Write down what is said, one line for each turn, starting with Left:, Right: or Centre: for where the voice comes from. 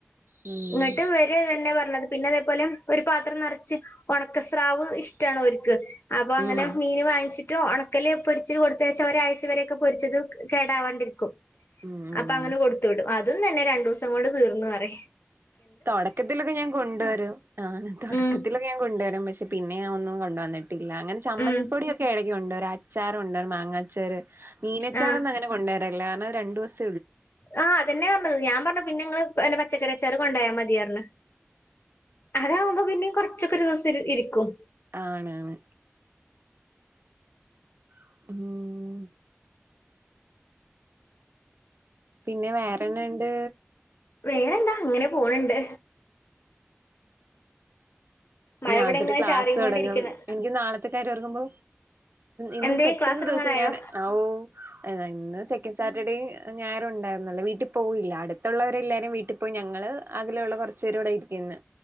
Right: ഉം
Left: ഇങ്ങട്ട് വര തന്നെ പറഞ്ഞത് പിന്നതേ പോലെ ഒരു പാത്രം നറച്ച് ഒണക്കസ്രാവ് ഇഷ്ടാണ് ഓര്ക്ക് അപ്പൊ അങ്ങനെ
Right: ഉം
Left: മീന് വാങ്ങിച്ചിട്ട് ഉണക്കല് പൊരിച്ച് കൊടുത്തയച്ച ഒരാഴ്ച വരേക്കെ പൊരിച്ചത് കേടാവാണ്ടിരിക്കും
Right: ഉം ഉം
Left: അപ്പ അങ്ങനെ കൊടുത്തു വിടും ആ അതും നല്ല രണ്ടൂസം കൊണ്ട് തീർന്നു അ റിം
Right: തൊടക്കത്തിലൊക്ക ഞാൻ കൊണ്ടുവരും ഞാനും തൊടക്കത്തിലൊക്കെ
Left: ഉം
Right: ഞാൻ കൊണ്ടുവരും പക്ഷെ പിന്നെഞാൻ ഒന്നും കൊണ്ടുവന്നി ട്ടില്ല അങ്ങന ചമ്മന്തിപ്പൊടിയൊക്കെ
Left: ഉം
Right: എള നീ ഉണ്ട് ഒരു അച്ചാറുണ്ട് ഒരു മാങ്ങച്ചാറ് മീനച്ചാറൊന്നും
Left: ആഹ്
Right: അങ്ങനെ കൊണ്ടാ--ര കല്ല്യാണ രണ്ടൂസ
Left: ആഹ് അതെന്നെ പറഞത് ഞാൻ പറ പിന്നെങ്ങള് പച്ചക്കറിച്ചാർകൊണ്ടോയാ മതിയർ അതാവുമ്പോ പിന്നെ കൊറച്ചൊക്കെ ദിവസം ഇ ഇരിക്കും
Right: ആണാണ് ഉം പിന്നെ വേറെന്നാ ണ്ട്
Left: വേറെന്താ അങ്ങനെ പോണ് ണ്ട് മഴ
Right: നാളത്തോട്ട്
Left: ഇവിടെ ഇങ്ങനെ
Right: ക്ലാസ്സ്
Left: ചാറിയും
Right: തുടങ്ങും
Left: കൊണ്ടിരിക്ക്ണ്
Right: എനിക്ക് നാളത്തെ കാര്യം ഓർക്കുമ്പോ ഇന്ന്
Left: എന്തേ
Right: പെട്ടന്ന്
Left: ക്ലാസ് തുടങ്ങാനായോ
Right: ദിവസം ഞാൻ ഓ ഇന്ന് സെക്കൻഡ് സാറ്റർഡേ ഞായറും ഉണ്ടായിരുന്നല്ലോ വീട്ടി പോയില്ല അടുത്തുള്ളവരെ എല്ലാരും വീട്ടിൽ പോയി ഞങ്ങള് അകലെയുള്ള കൊറച്ച് പേര് ഇവിടെ ഇരിക്ക്ന്ന്